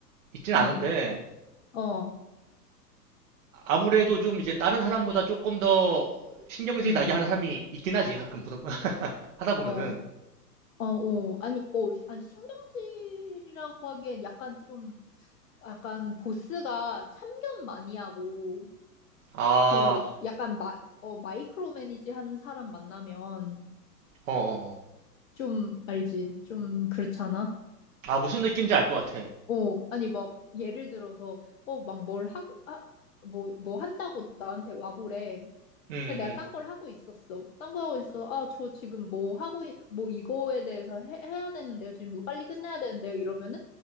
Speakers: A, on the right; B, on the left.
A: 있진
B: 어.
A: 않은데,
B: 어.
A: 아무래도 좀 이제 다른 사람보다 조금 더 신경질
B: 응.
A: 나게 하는 사람이 있긴 하지. 가끔 보다 보- <laughs> 하다 보면은
B: 어. 어, 어, 아니, 어, 아니, 신경질이라고 하기엔 약간 좀, 약간 보스가 참견 많이 하고,
A: 아,
B: 그, 약간 마, 어, 마이크로 매니지 하는 사람 만나면,
A: 어, 어, 어.
B: 좀, 알지? 좀 그렇잖아?
A: 아 무슨 느낌인지 알 것 같아. 음,
B: 어, 아니, 막, 예를 들어서, 어, 막 뭘 하고, 아, 뭐, 뭐 한다고 나한테 와보래.
A: 음.
B: 근데 내가 딴
A: 음.
B: 걸 하고 있었어. 딴 거 하고 있어. 아, 저 지금 뭐 하고, 있, 뭐 이거에 대해서 해, 해야 되는데요. 지금 이거 빨리 끝내야 되는데요. 이러면은,